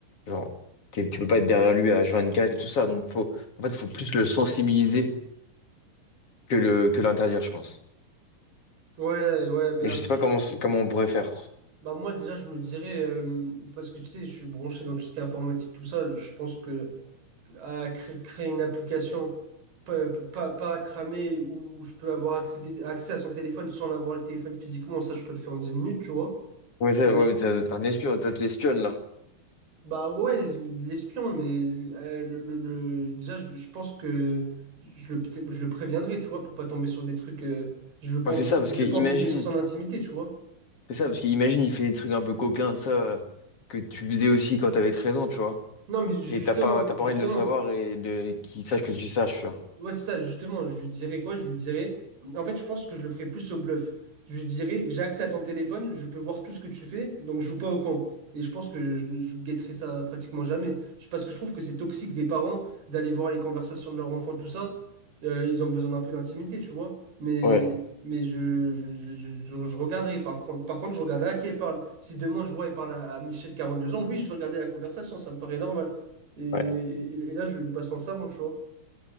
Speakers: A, on the left (about 40°); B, on the right (about 80°).
A: Genre, t'es- tu peux pas être derrière lui à H24 et tout ça. Donc, faut, en fait, faut plus le sensibiliser que le, que l'interdire, je pense.
B: Ouais, ouais, mais
A: Mais
B: après...
A: je sais pas
B: tu-
A: comment, comment on pourrait faire.
B: Bah moi déjà je me dirais euh, parce que tu sais je suis branché dans tout ce qui est informatique tout ça je pense que à cré- créer une application pas, pas, pas cramer où je peux avoir accès, accès à son téléphone sans l'avoir le téléphone physiquement ça je te le fais en 10 minutes tu vois
A: Ouais, ça,
B: donc
A: ouais, mais t'as- t'es un espion, toi, t'es espionne, là.
B: bah ouais l'espion mais euh, le, le, le- déjà je, je pense que je le, je le préviendrai tu vois pour pas tomber sur des trucs euh, je veux pas
A: Ouais,
B: empiéter
A: c'est ça, parce
B: je
A: que
B: veux
A: imagine,
B: pas empiéter sur son intimité tu vois
A: c'est ça, parce que imagine, il fait des trucs un peu coquins de ça, euh, que tu faisais aussi quand t'avais 13 ans, tu vois.
B: non mais ju-
A: Et
B: justement
A: t'as pas, t'as pas
B: justement
A: envie de le savoir et de, qu'il sache que tu saches, tu vois.
B: Ouais, c'est ça, justement, je lui dirais quoi? Je lui dirais. En fait, je pense que je le ferais plus au bluff. Je lui dirais, j'ai accès à ton téléphone, je peux voir tout ce que tu fais, donc joue pas au con. Et je pense que je, je, je guetterai ça pratiquement jamais. Je- Parce que je trouve que c'est toxique des parents d'aller voir les conversations de leur enfant, tout ça. Euh, ils ont besoin d'un peu d'intimité, tu vois. Mais,
A: Ouais,
B: mais je, je, je, je- je regarderai. Par contre, par contre, je regarderai à qui elle parle. Si demain je vois elle parle à, à Michel, 42 ans, oui, je vais regarder la conversation, ça me paraît normal. Et, et,
A: ouais,
B: et là, je vais lui passer un savon, tu vois.